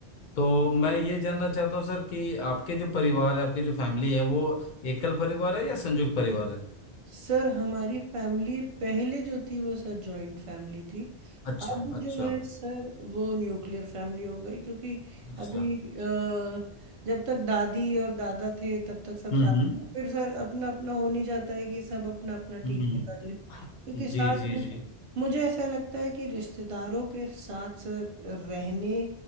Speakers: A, on the left (about 55°); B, on the right (about 50°).
A: तो मैं ये जानना चाहता हूँ सर कि आपके जो परिवार है आपके जो फैमिली है वो एकल परिवार है या संयुक्त परिवार है
B: सर हमारी फैमिली पहले जो थी वो सर जॉइंट फैमिली थी
A: अच्छा
B: अब
A: अच्छा
B: जो है सर वो न्यूक्लियर फैमिली हो गई क्योंकि
A: अच्छा
B: अभी अ, जब तक दादी और दादा थे तब तक सब
A: हम्म
B: साथ थे। फिर सर अपना अपना हो नहीं जाता है कि सब अपना अपना
A: हम्म
B: ठीक से कर ले क्योंकि
A: हम्म, जी
B: साथ
A: जी
B: में
A: जी
B: मुझे ऐसा लगता है कि रिश्तेदारों के साथ सर रहने